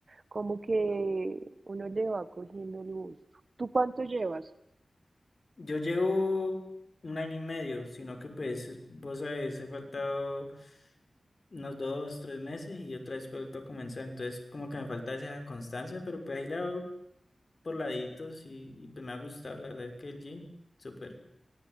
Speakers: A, on the right (about 55°); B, on the left (about 50°).
A: como que uno le va cogiendo el gusto. ¿Tú cuánto llevas?
B: Yo llevo un año y medio, sino que pues es- vos sabes, he faltado unos dos, tres meses y otra vez vuelto a comenzar, entonces como que me falta esa constancia, pero pues ahí le hago por laditos y, y pues me ha gustado, la verdad que el gym, súper.